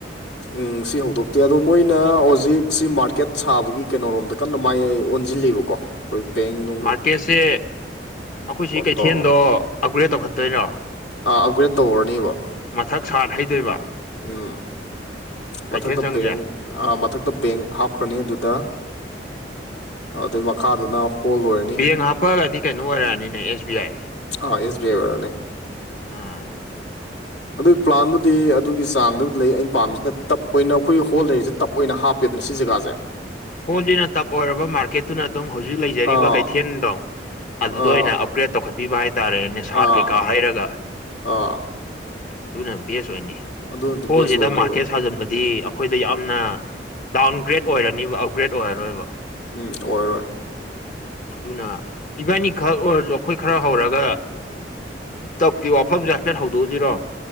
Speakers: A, on the left (about 80°); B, on the left (about 50°).
A: ꯎꯝ ꯁꯤ ꯍꯧꯗꯣꯛꯇꯦ ꯑꯗꯣ ꯃꯣꯏꯅ ꯍꯧꯖꯤꯛ ꯁꯤ ꯃꯥꯔꯀꯦꯠ ꯁꯥꯕꯒꯤ ꯀꯩꯅꯣꯔꯣꯝꯗ ꯀꯟꯅ ꯃꯥꯏ ꯑꯣꯟ ꯖꯤꯜꯂꯤꯕꯨꯀꯣ ꯑꯩꯣꯏ ꯦꯡꯅ <unintelligible>
B: ꯃꯥꯔꯀꯦꯠꯁꯦ ꯑꯩꯈꯣꯏ ꯁꯤ ꯀꯩꯊꯦꯜꯗꯣ
A: ꯇꯧꯔꯒ
B: ꯑꯞꯒ꯭ꯔꯦꯗ ꯇꯧꯈꯠꯇꯣꯏꯔꯣ
A: ꯑꯞꯒ꯭ꯔꯦꯗ ꯇꯧꯔꯅꯦꯕ
B: ꯃꯊꯛ ꯁꯥꯠ ꯍꯩꯗꯣꯏꯕ
A: ꯎꯝ
B: ꯀꯩꯊꯦꯜ
A: ꯃꯊꯗ
B: ꯁꯪꯁꯦ
A: ꯄ ꯃꯊꯛꯇ ꯕꯦꯡ ꯍꯥꯞꯈ꯭ꯔꯅꯤ ꯑꯗꯨꯗ ꯑꯗꯨꯏ ꯃꯈꯥꯗꯨꯅ ꯍꯣꯜ ꯑꯣꯏꯔꯅꯤ
B: ꯕꯦꯡ ꯍꯥꯞꯄꯛꯂꯗꯤ ꯀꯩꯅꯣ ꯑꯣꯏꯔꯛꯑꯅꯤꯅꯦ ꯑꯦꯁ ꯕꯤ ꯑꯥꯏ
A: ꯑꯥ ꯑꯦꯁ ꯕꯤ ꯑꯥꯏ ꯋꯥꯔꯅꯦ
B: ꯎꯝ
A: ꯑꯗꯨꯒꯤ ꯄ꯭ꯂꯥꯟꯗꯨꯗꯤ ꯑꯗꯨꯒꯤ ꯆꯥꯡꯗꯨꯕꯨꯗꯤ ꯂꯩ ꯑꯩꯅ ꯄꯥꯝꯃꯤꯁꯤꯗ ꯇꯞ ꯑꯣꯏꯅ ꯑꯩꯈꯣꯏ ꯍꯣꯜ ꯂꯩꯔꯤꯁꯦ ꯇꯞ ꯑꯣꯏꯅ ꯍꯥꯞꯄꯦꯗꯅ ꯁꯤ ꯖꯒꯥꯁꯦ
B: ꯍꯣꯂꯤꯅ ꯇꯞ ꯑꯣꯏꯔꯕ ꯃꯥꯔꯀꯦꯠꯇꯨꯅ ꯑꯗꯨꯝ ꯍꯧꯖꯤꯛ ꯂꯩꯖꯔꯤꯕ
A: ꯑꯥ
B: ꯀꯩꯊꯦꯜꯗꯣ ꯑꯗꯨꯗ
A: ꯑꯥ
B: ꯑꯣꯏꯅ ꯑꯞꯒ꯭ꯔꯦꯗ ꯇꯧꯈꯠꯄꯤꯕ ꯍꯥꯏꯇꯥꯔꯦꯅꯦ ꯁꯥꯠ
A: ꯑꯥ
B: ꯀꯩꯀꯥ ꯍꯩꯔꯒ
A: ꯑꯥ
B: ꯑꯗꯨꯅ ꯕꯦꯁ ꯑꯣꯏꯅꯤ
A: ꯑꯗꯨꯅꯗꯤ
B: ꯍꯣꯜꯁꯤꯗ
A: ꯕꯦꯁ ꯑꯣꯏꯅꯤꯕ
B: ꯃꯥꯔꯀꯦꯠ ꯁꯥꯖꯤꯟꯕꯗꯤ ꯑꯩꯈꯣꯏꯗ ꯌꯥꯝꯅ ꯗꯥꯎꯟꯒ꯭ꯔꯦꯗ ꯑꯣꯏꯔꯅꯤꯕ ꯑꯞꯒ꯭ꯔꯦꯗ ꯑꯣꯏꯔꯔꯣꯏꯕ
A: ꯎꯝ ꯑꯣꯏꯔꯣꯏ
B: ꯑꯗꯨꯅ ꯏꯕꯥꯅꯤ ꯈꯛ ꯑꯣꯏꯔꯁꯨ ꯑꯩꯈꯣꯏ ꯈꯔ ꯍꯧꯔꯒ ꯇꯞꯀꯤ ꯋꯥꯐꯝꯁꯦ ꯍꯥꯏꯐꯦꯠ ꯍꯧꯗꯣꯛꯎꯁꯤꯔꯣ